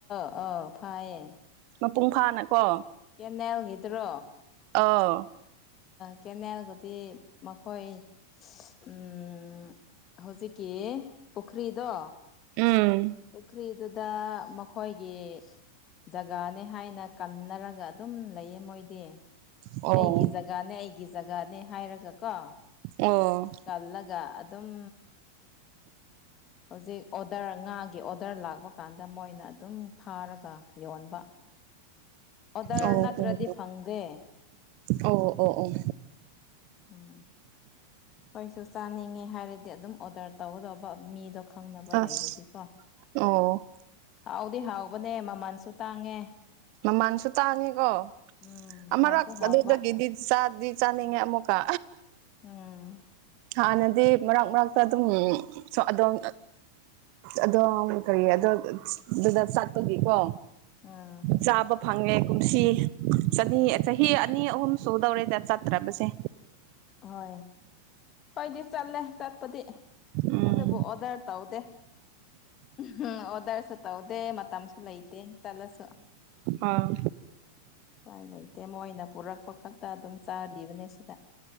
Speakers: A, on the left (about 30°); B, on the right (about 45°).
A: ꯑ ꯐꯌꯦ
B: ꯃꯄꯨꯡ ꯐꯥꯅꯀꯣ
A: ꯀꯦꯅꯦꯜꯒꯤꯗꯨꯔꯣ
B: ꯑꯥꯎ
A: ꯀꯦꯅꯦꯜꯒꯗꯤ ꯃꯈꯣꯏ ꯎꯝ ꯍꯧꯖꯤꯛꯀꯤ ꯄꯨꯈ꯭ꯔꯤꯗꯣ
B: ꯎꯝ
A: ꯄꯨꯈ꯭ꯔꯤꯗꯨꯗ ꯃꯈꯣꯏꯒꯤ ꯖꯒꯥꯅꯤ ꯍꯥꯏꯅ ꯀꯟꯅꯔꯒ ꯑꯗꯨꯝ ꯂꯩꯌꯦ ꯃꯣꯏꯗꯤ
B: ꯑꯣ
A: ꯑꯩꯒꯤ ꯖꯒꯥꯅꯦ ꯑꯩꯒꯤ ꯖꯒꯥꯅꯦ ꯍꯥꯏꯔꯒ ꯀꯣ
B: ꯑꯣ
A: ꯀꯜꯂꯒ ꯑꯗꯨꯝ ꯍꯧꯖꯤꯛ ꯑꯣꯗꯔ ꯉꯥ ꯒꯤ ꯑꯣꯗꯔ ꯂꯥꯛꯄ ꯀꯥꯟꯗ ꯃꯣꯏꯅ ꯑꯗꯨꯝ ꯐꯥꯔꯒ ꯌꯣꯟꯕ ꯑꯣꯗꯔ
B: ꯑꯣ
A: ꯅꯠꯇ꯭ꯔꯗꯤ ꯐꯪꯗꯦ
B: ꯑꯣ ꯑꯣ ꯑꯣ
A: ꯎꯝ ꯑꯩꯣꯏꯁꯨ ꯆꯥꯅꯤꯡꯉꯤ ꯍꯥꯏꯔꯗꯤ ꯑꯗꯨꯝ ꯑꯣꯗꯔ ꯇꯧꯒꯗꯧꯕ ꯃꯤꯗꯣ ꯈꯪꯅꯕ
B: ꯑꯁ
A: ꯂꯩꯔꯗꯤꯀꯣ
B: ꯑꯣ
A: ꯍꯥꯎꯗꯤ ꯍꯥꯎꯕꯅꯦ ꯃꯟꯁꯨ ꯇꯥꯡꯉꯦ
B: ꯃꯥ ꯃꯥꯡꯁꯨ ꯇꯥꯅꯤꯀꯣ
A: ꯎꯝ
B: ꯑꯃꯔꯛ
A: ꯍꯥꯎꯁꯨ ꯍꯥꯎꯕ
B: ꯑꯗꯨꯗꯒꯤꯗꯤ ꯆꯥꯗꯤ ꯆꯥꯅꯤꯡꯉꯦ ꯑꯃꯨꯛꯀ
A: ꯎꯝ
B: ꯍꯥꯟꯅꯗꯤ ꯃꯔꯛ ꯃꯔꯛꯇ ꯑꯗꯨꯝ ꯑꯗꯣꯝ ꯑꯗꯣ ꯀꯔꯤ ꯑꯗꯣ ꯑꯗꯨꯗ ꯆꯠꯄꯒꯤ ꯀꯣ
A: ꯑꯥ
B: ꯆꯥꯕ ꯐꯪꯉꯦ ꯀꯨꯝꯁꯤ ꯆꯅꯤ ꯆꯍꯤ ꯑꯅꯤ ꯑꯍꯨꯝ ꯁꯨꯗꯧꯔꯦꯗ ꯆꯠꯇ꯭ꯔꯕꯁꯦ
A: ꯍꯣꯏ ꯍꯣꯏꯗꯤ ꯆꯠꯂꯦ ꯆꯠꯄꯗꯤ
B: ꯎꯝ
A: ꯑꯗꯨꯕꯨ ꯑꯣꯗꯔ ꯇꯧꯗꯦ ꯎꯝ ꯑꯣꯗꯔꯁ ꯇ ꯍꯗꯦ ꯃ ꯑ ꯑꯃꯁꯁꯨꯂꯍꯤꯇꯦ ꯆꯂꯁ ꯎꯄꯥꯏ
B: ꯑꯥ
A: ꯂꯩꯇꯦ ꯃꯣꯏꯅ ꯄꯨꯔꯛꯄ ꯈꯛꯇ ꯑꯗꯨꯝ ꯆꯥꯔꯤꯕꯅꯦ ꯁꯤꯗ